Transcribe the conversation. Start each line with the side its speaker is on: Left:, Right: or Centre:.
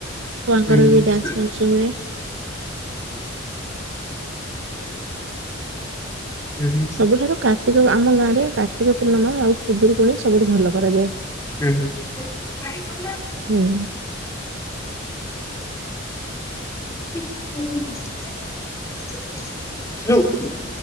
Right: ଛୁଆଙ୍କର
Left: ହୁଁ <inaudible>
Right: ବି ଡ୍ୟାନ୍ସ ଫ୍ୟାନ୍ସ ହୁଏ
Left: ହୁଁ ହୁଁ।
Right: ସବୁଠାରୁ କାର୍ତ୍ତିକ ଆମ ଗାଁରେ କାର୍ତ୍ତିକ ପୂର୍ଣ୍ଣିମା ଆଉ ଖୁଦୁରୁକୁୁଣି ସବୁଠୁ ଭଲ କରାଯାଏ।
Left: ହୁଁ ହୁଁ।
Right: ହୁଁ।
Left: <unintelligible>